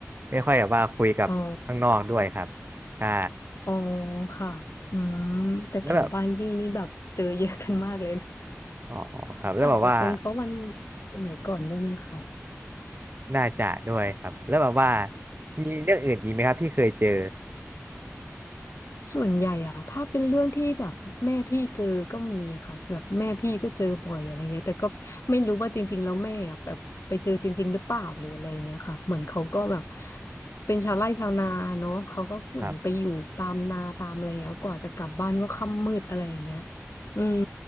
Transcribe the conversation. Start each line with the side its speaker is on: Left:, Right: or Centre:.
Right: ไม่ค่อยแบบว่าคุยกับข้างนอกด้วยครับ
Left: อ๋อ
Right: ใช่
Left: อ๋อค่ะอืมแต่แถวบ้านพี่นี่แบบเจอเยอะกันมากเลยนะ
Right: แล้วแบบอ๋อครับแล้วแบบว่า
Left: อาจจะเป็นเพราะวันสมัยก่อนด้วยมั้งค่ะ
Right: น่าจะด้วยครับแล้วแบบว่ามีเรื่องอื่นอีกไหมครับที่เคยเจอ
Left: ส่วนใหญ่อะถ้าเป็นเรื่องที่แบบแม่พี่เจอก็มีค่ะแบบแม่พี่ก็เจอบ่อยอะไรเงี้ยแต่ก็ไม่รู้ว่าจริงๆแล้วแม่อะแบบไปเจอจริงๆหรือเปล่าหรืออะไรเงี้ยค่ะเหมือนเขาก็แบบเป็นชาวไร่ชาวนาเนาะเขาก็เหมือนไปอยู่ตามนาตามอะไรอย่างเงี้ยกว่าจะกลับบ้านก็ค่ำมืดอะไรอย่างเงี้ย
Right: ครับ
Left: อืม